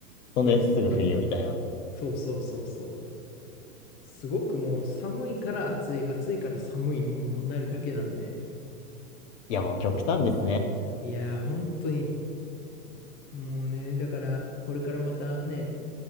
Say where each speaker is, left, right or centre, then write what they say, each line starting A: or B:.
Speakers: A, on the left (about 50°); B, on the left (about 20°).
A: そんですぐ冬みたいな。
B: いや、そうなんですよね。そうそうそうそう。すごくもう寒いから暑い、暑いから寒いにもうなるだけなんで。
A: いや、もう極端ですね。
B: いやー、本当に。もうね、だから、これからまたね、